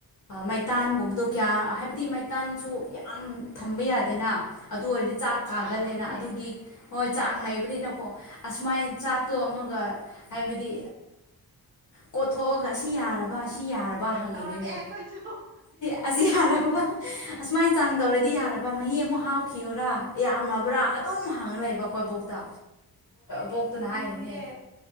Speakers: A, on the left (about 50°); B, on the right (about 30°).
A: ꯃꯩꯇꯥꯟꯒꯨꯝꯕ ꯑꯗꯣ ꯀꯌꯥ ꯍꯥꯏꯕꯗꯤ ꯃꯩꯇꯥꯟꯁꯨ ꯌꯥꯝ ꯊꯝꯕ ꯌꯥꯗꯦꯅ ꯑꯗꯨ ꯑꯣꯏꯔꯗꯤ ꯆꯥꯛ
B: ꯍꯣꯏ ꯆꯥꯡ
A: ꯀꯥꯒꯜꯂꯦꯅ
B: ꯂꯩꯕꯅꯦ
A: ꯑꯗꯨꯒꯤ ꯍꯣꯏ ꯆꯥꯡ ꯂꯩꯩꯕꯅꯤꯅꯀꯣ ꯑꯁꯨꯃꯥꯏ ꯆꯥꯛꯇꯣ ꯑꯃꯒ ꯍꯥꯏꯕꯗꯤ ꯀꯣꯊꯣꯛꯑꯒ ꯑꯁꯤ ꯌꯥꯔꯕ ꯁꯤ ꯌꯥꯔꯕ ꯍꯪꯉꯤꯗꯨꯅꯦ
B: ꯇꯧꯔꯛꯑꯦ ꯑꯩꯈꯣꯏꯁꯨ
A: ꯑꯁꯤ ꯑꯁꯤ ꯌꯥꯔꯕ ꯑꯁꯨꯃꯥꯏꯅ ꯆꯥꯡꯗꯧꯔꯗꯤ ꯌꯥꯔꯕ ꯃꯍꯤ ꯑꯃꯨꯛ ꯍꯥꯥꯎꯈꯤꯌꯔꯥ ꯌꯥꯝꯃꯕ꯭ꯔꯥ ꯑꯗꯨꯝ ꯑꯗꯨꯝ ꯍꯥꯡꯅ ꯂꯩꯕ ꯑꯩꯈꯣꯏ ꯕꯣꯛꯇ
B: ꯍꯣꯏꯅꯦ
A: ꯕꯣꯛꯇꯨꯅ
B: ꯑꯁ ꯅꯨꯡꯁꯤꯌꯦ
A: ꯍꯥꯏꯔꯤꯅꯦ